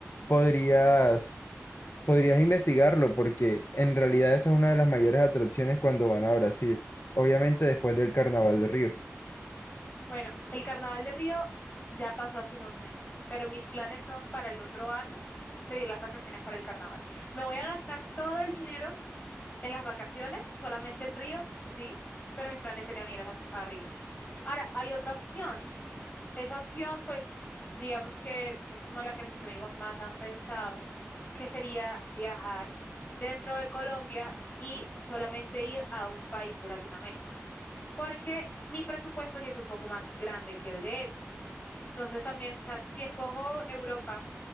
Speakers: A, on the left; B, on the left.
A: podrías, podrías investigarlo porque en realidad esa es una de las mayores atracciones cuando van a Brasil. Obviamente después del Carnaval de Río.
B: Bueno, el Carnaval de Río ya pasó hace unos meses, pero mis planes son para el otro año pedir las vacaciones para el Carnaval. Me voy a gastar todo el dinero en las vacaciones, solamente en Río, sí, pero mis planes serían ir a, a Río. Ahora, hay otra opción. Esa opción, pues, digamos que es como la que mis amigos más han pensado, que sería viajar dentro de Colombia y solamente ir a un país de Latinoamérica porque mi presupuesto sí es un poco más grande que el de ellos. Entonces también, o sea, si escojo Europa